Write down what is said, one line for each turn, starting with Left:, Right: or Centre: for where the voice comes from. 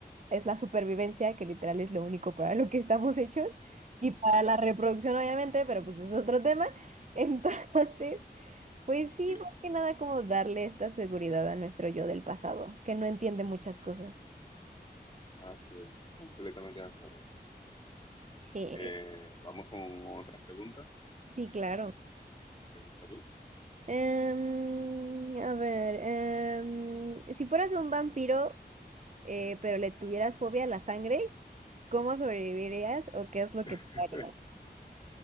Right: es la supervivencia, que literal es lo único para lo que estamos hechos y para la reproducción obviamente, pero pues es otro tema. <laughs> Entonces... Pues sí,
Left: sí,
Right: más que nada como darle esta seguridad a nuestro yo del pasado, que no entiende muchas cosas.
Left: así es, completamente de acuerdo.
Right: Sí.
Left: Eh, vamos con otra pregunta.
Right: Sí, claro.
Left: Vas, pregunta tú.
Right: Em, a ver, em, si fueras un vampiro, eh, pero le tuvieras fobia a la sangre, ¿cómo sobrevivirías o qué es lo que te
Left: <laughs>
Right: haría?